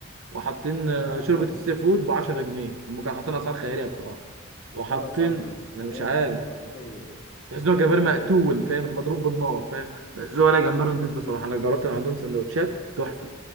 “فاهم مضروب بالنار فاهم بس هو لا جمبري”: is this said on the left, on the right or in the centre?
Right